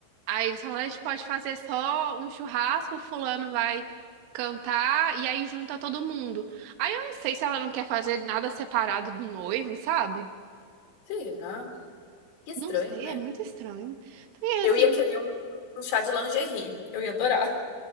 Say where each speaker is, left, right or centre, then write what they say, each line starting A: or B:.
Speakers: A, on the right; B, on the left.
A: Aí eles falaram, a gente pode fazer só um churrasco, fulano vai cantar e aí junta todo mundo. Aí eu não sei se ela não quer fazer nada separado do noivo, sabe?
B: Será? Que estranho,
A: Não sei,
B: né?
A: é muito estranho. E
B: Eu
A: é assim,
B: ia querer um, um chá de lingerie. eu ia adorar.